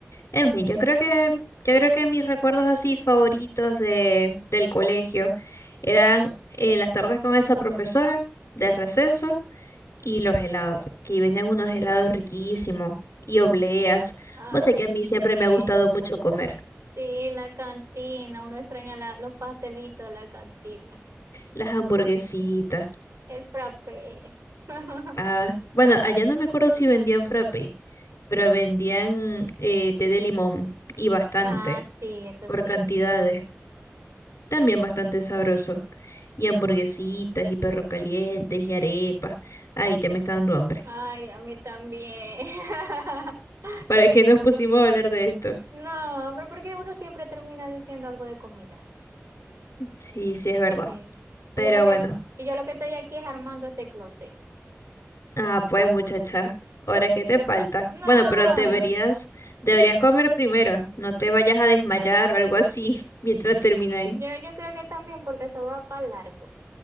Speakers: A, on the left; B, on the right.
A: en fin,
B: Eh,
A: yo creo que, yo creo que mis recuerdos así favoritos de, del colegio eran eh, las tardes con esa profesora de receso Y los helados, que venían unos helados riquísimos y obleas.
B: Ay,
A: Vos sé que a mí
B: sí,
A: siempre me ha gustado mucho comer.
B: sí, la cantina, uno extraña la- los pastelitos de la cantina,
A: Las hamburguesitas.
B: el frappé. <laughs> No.
A: Ah, bueno, allá no me acuerdo si vendían frappe, pero vendían eh, té de limón y bastante,
B: Ah, sí, eso
A: por
B: sí.
A: cantidades. También bastante sabroso. Y hamburguesitas y perro calientes y arepas. Ay, ya me está dando hambre.
B: Ay, a mí también. <laughs>
A: ¿Para qué nos pusimos a hablar de esto?
B: No, hombre, porque uno siempre termina diciendo algo de comida.
A: Sí, sí, es verdad.
B: Sí. sí. Y
A: Pero
B: yo lo que,
A: bueno.
B: y yo lo que estoy aquí es armando este closet.
A: Ah, pues muchacha, ahora es que te falta.
B: No,
A: Bueno, pero deberías, deberías comer primero. No te vayas a desmayar o algo así <laughs> mientras termináis.
B: yo, yo creo que también porque esto va para largo.